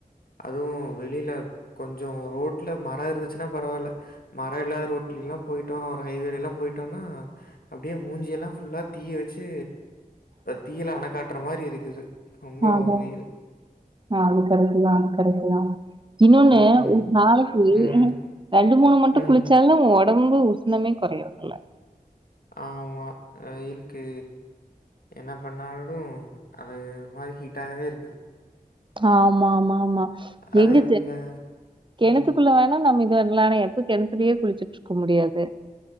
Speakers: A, on the left; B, on the right.
A: அதுவு வெளில கொஞ்சோ ரோட்ல மர இருந்துச்சுன்னா பரவால்ல மர இல்லாத ரோட்லிலா போயிட்டோ ஒரு ஹைவேலலா போயிட்டோனா அப்டியே மூஞ்சி எல்லா ஃபுல்லா தீய வெச்சு தீய்ல அண காட்டற மாரி இருக்குது ரொம்ப
B: அதா
A: ஒரு
B: அதா
A: வெயில்.
B: ஆ அது கரக்ட்டுதா கரக்ட்டுதா இன்னோன்னு
A: ம்,
B: நாளைக்கு
A: ம்,
B: ரெண்டு மூணு மட்டு
A: ம்.
B: குளிச்சாலு ஒடம்பு உஷ்ணமே கொறையறதுல்ல
A: ஆமா அ இருக்கு என்ன பண்ணாலு அது ஒரு மாரி ஹீட்டாவே இருக்குது
B: ஆமா ஆமா ஆமா
A: அது
B: எங்க
A: இந்த
B: கெணத்துக்குள்ள
A: ம்.
B: வேணா நம்ம இது <unintelligible> த்து கெணத்துலே குளிச்சுட்டுருக்க முடியாது